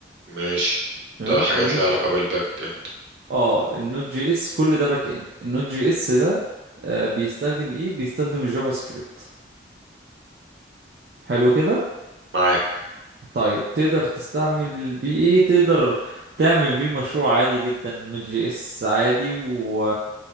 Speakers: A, on the right; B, on the right.
A: ماشي
B: تمام
A: ده حاجات
B: النوت
A: لها
B: جي
A: علاقه بالباك اند
B: اه النوت جي اس كل ده باك اند النوت جي اس ده آه... بيستخدم ايه بيستخدم الجافا سكريبت حلو كده
A: معاك
B: طيب تقدر تستعمل بيه ايه تقدر تعمل بيه مشروع عادي جدا نوت جي اس عادي و...